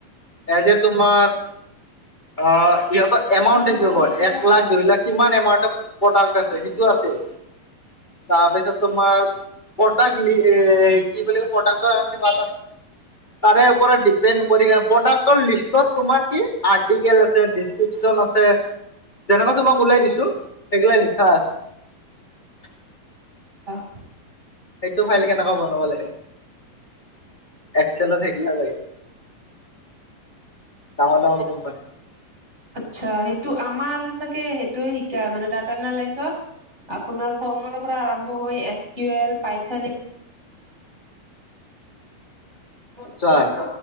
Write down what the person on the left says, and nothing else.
এ যে তোমাৰ অ ইহঁতৰ এমাউন্ট এক লাখ দুই লাখ কিমান এমাউণ্টৰ প্ৰডাক্ট আছে সেইটো আছিল।
তাৰপিছত তোমাৰ পটাক এ কি বুলি পটাকটো প তাৰে ওপৰত ডিপেণ্ড প্ৰডাক্টৰ লিষ্টত তোমাৰ কি আৰ্টিকেল আছে ড্ৰিপনা যেনেকুৱা তোমাক ওলাই দিছো সেইগিলা লিখা আছে।
এইটো ফাইল কেনেকুৱা বনাব লাগে। এক চেলা একু নালাগে। ডাঙৰ ডাঙৰ কোমপানী
চোৱা